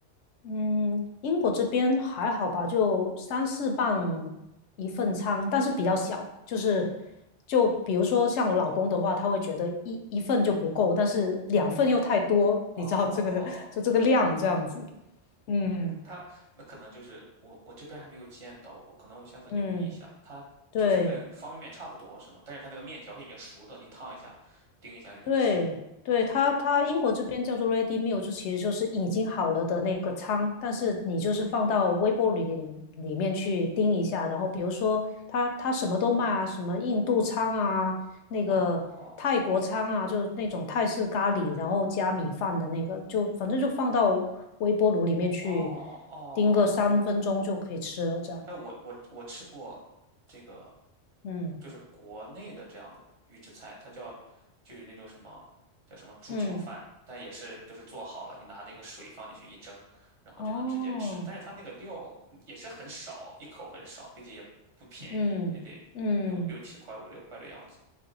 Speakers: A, on the left; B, on the right.
A: 嗯，英国这边还好吧，就三四磅一份餐，但是比较小，就是就比如说像我老公的话，他会觉得一一份就不够，但是两份又太多，
B: 哦，
A: 你知道这个 <laughs> 就这个量这样子。嗯
B: 它那可能就是我我这边还没有见到过，可能我下次留意一下。
A: 嗯，
B: 它就是跟方便面差不多是吗？
A: 对。
B: 但是它那个面条是已经熟的，你烫一下，叮一下就能吃。
A: 对对，它它英国这边叫做 ready meal，就其实就是已经好了的那个汤，但是你就是放到微波炉里里里面去叮一下，然后比如说它它什么都卖啊，什么印度餐啊，那个泰国餐啊，
B: 哦
A: 就是那种泰式咖喱，然后加米饭的那个，就反正就放到微波炉里面去
B: 哦哦，
A: 叮个三分钟就可以吃了，这样，
B: 哎，我我我吃过这个
A: 嗯
B: 就是国内的这样的预制菜，它叫就有那种什么叫什么猪脚饭，
A: 嗯，
B: 但也是都是做好了，你拿那个水放进去一蒸，然后就能直接吃。
A: 哦，
B: 但是它那个料也是很少，一口很少，并且也不便宜，
A: 嗯嗯。
B: 也得六六七块五六块的样子。